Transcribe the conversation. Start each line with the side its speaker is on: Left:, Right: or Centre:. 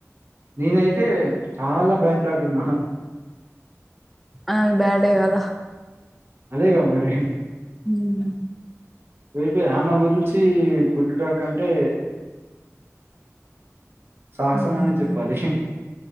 Right: నేనైతే చాలా బ్యాడ్ టక్ ఇన్న
Centre: ఆ బ్యాడే కదా
Right: అదేగా మరి
Centre: మ్మ్.
Right: పోయి పోయి ఆమె గురించి గుడ్డు టాక్ అంటే సాహసం
Centre: మ్మ్.
Right: అనే చెప్పాలి